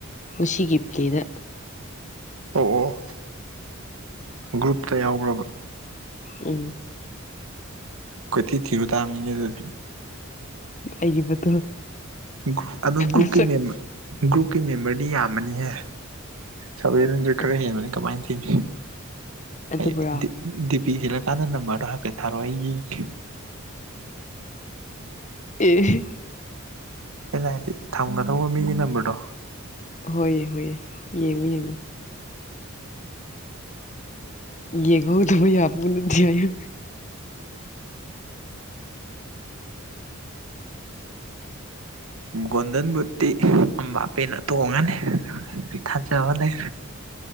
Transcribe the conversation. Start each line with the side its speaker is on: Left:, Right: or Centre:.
Left: ꯉꯁꯤꯒꯤ ꯄ꯭ꯂꯦꯗ
Right: ꯑꯣ ꯑꯣ ꯑꯣ ꯒ꯭ꯔꯨꯞꯇ ꯌꯥꯎꯕ꯭ꯔꯕ
Left: ꯎꯝ
Right: ꯀꯣꯏꯊꯤ ꯊꯤꯔꯨ ꯇꯥꯝꯅꯤꯅꯦ ꯑꯗꯨꯗꯤ
Left: ꯑꯩꯒꯤ ꯐꯣꯇꯣ
Right: ꯒ꯭ꯔꯨ ꯑꯗꯣ ꯒ꯭ꯔꯨꯞꯀꯤ
Left: ꯃꯁꯛ
Right: ꯃꯦꯝꯕ ꯒ꯭ꯔꯨꯞꯀꯤ ꯃꯦꯝꯕꯔꯗꯤ ꯌꯥꯝꯃꯅꯤꯍꯦ ꯁꯚꯦꯟ ꯍꯟꯗ꯭ꯔꯦꯠ ꯈꯔ
Left: ꯑꯁ
Right: ꯍꯦꯟꯕꯅꯤ ꯀꯃꯥꯏ ꯊꯤꯅꯤ
Left: ꯑꯗꯨꯕꯨꯔꯥ
Right: ꯑꯦ ꯗꯤ ꯗꯤ ꯄꯤ ꯍꯦꯜꯂꯀꯥꯟꯗ ꯅꯝꯕꯔꯗꯣ ꯍꯥꯏꯐꯦꯠ ꯊꯥꯔꯑꯣ ꯑꯩ ꯌꯦꯡꯒꯦ
Left: ꯑꯦ
Right: ꯑꯩꯅ ꯍꯥꯏꯗꯤ ꯊꯝꯒꯗꯧꯕ ꯃꯤꯒꯤ ꯅꯝꯕꯔꯗꯣ
Left: ꯍꯣꯏꯌꯦ ꯍꯣꯏꯌꯦ ꯌꯦꯡꯉꯨ ꯌꯦꯡꯉꯨ ꯌꯦꯡꯍꯧꯗꯕ ꯌꯥꯄꯣꯠ ꯅꯠꯇꯦ ꯍꯥꯏꯌꯨ
Right: ꯒꯣꯟꯗꯟ ꯕꯨꯠꯇꯤ ꯑꯝꯕꯥꯄꯦꯅ ꯇꯣꯡꯉꯅꯤ ꯑꯩ ꯊꯥꯖꯕ ꯂꯩ